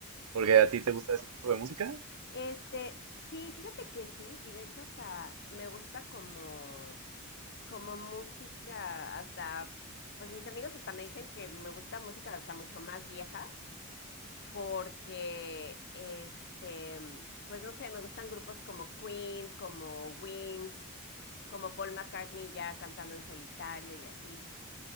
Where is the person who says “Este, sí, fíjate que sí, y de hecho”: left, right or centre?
Left